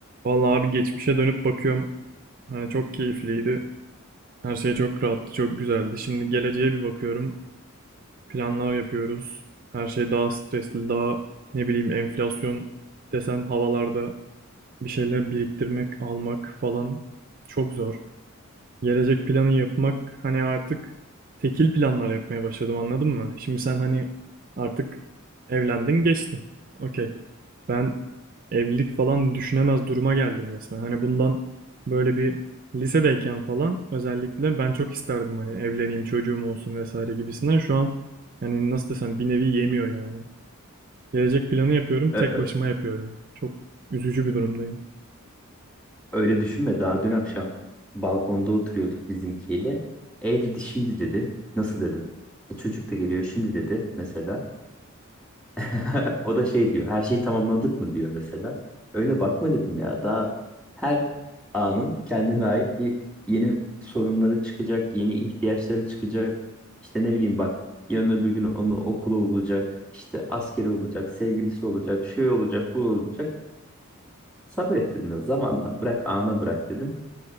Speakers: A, on the right; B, in the centre.
A: Vallahi abi geçmişe dönüp bakıyorum. Hani çok keyifliydi. Her şey çok rahattı, çok güzeldi. Şimdi geleceğe bir bakıyorum. Planlar yapıyoruz. Her şey daha stresli, daha ne bileyim enflasyon desen havalarda bir şeyler biriktirmek, almak falan çok zor gelecek planı yapmak hani artık tekil planlar yapmaya başladım anladın mı? Şimdi sen hani artık evlendin geçtin. Okey. Ben evlilik falan düşünemez duruma geldim resmen. Hani bundan böyle bir lisedeyken falan özellikle ben çok isterdim hani evleneyim çocuğum olsun vesaire gibisinden. Şu an hani nasıl desem bir nevi yemiyor yani. Gelecek planı yapıyorum tek
B: Ö- ö-
A: başıma yapıyorum. Çok üzücü bir durumdayım.
B: öyle düşünme. Daha dün akşam balkonda oturuyorduk bizimkiyle. E dedi şimdi dedi. Nasıl dedim. E çocuk da geliyor şimdi dedi mesela. <laughs> O da şey diyor. Her şeyi tamamladık mı diyor mesela. Öyle bakma dedim ya. Daha her anın kendine ait bir yeni sorunları çıkacak, yeni ihtiyaçları çıkacak. İşte ne bileyim bak yarın öbür gün onu okulu olacak, işte askeri olacak, sevgilisi olacak, şey olacak, bu olacak. Sabret dedim ya zamanla bırak ana bırak dedim.